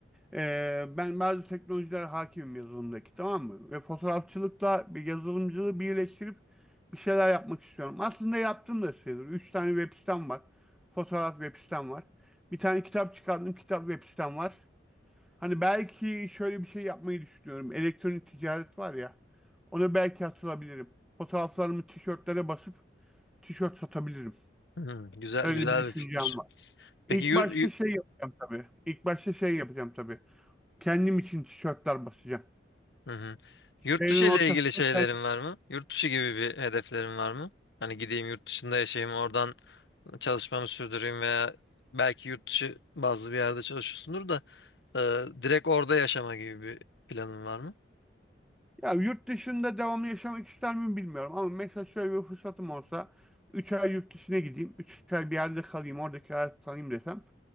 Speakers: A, in the centre; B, on the left.
A: e, ben bazı teknolojiler hakimim yazılımdaki tamam mı? Ve fotoğrafçılıkla bir yazılımcılığı birleştirip bir şeyler yapmak istiyorum. Aslında yaptım da sayılır. Üç tane web sitem var. Fotoğraf web sitem var. Bir tane kitap çıkardım. Kitap web sitem var. Hani belki şöyle bir şey yapmayı düşünüyorum. Elektronik ticaret var ya. Ona belki atılabilirim. Fotoğraflarımı tişörtlere basıp tişört satabilirim.
B: Hı, güzel
A: Öyle
B: güzel
A: bir düşüncem
B: bir fikir.
A: var.
B: Peki
A: İlk
B: yurt
A: başta
B: yu-
A: şey yapacağım tabii. İlk başta şey yapacağım tabii. Kendim için tişörtler basacağım.
B: hı hı. Yurt
A: Evin
B: dışı ile
A: ortasında
B: ilgili şeylerin
A: kendim.
B: var mı? Yurt dışı gibi bir hedeflerin var mı? Hani gideyim yurt dışında yaşayayım, oradan çalışmamı sürdüreyim veya belki yurt dışı bazı bir yerde çalışıyorsundur da Ee, direkt orada yaşama gibi bir planın var mı?
A: Ya yurt dışında devamlı yaşamak ister miyim bilmiyorum. Ama mesela şöyle bir fırsatım olsa 3 ay yurt dışına gideyim. üç ay bir yerde kalayım. Oradaki hayatı tanıyayım desem.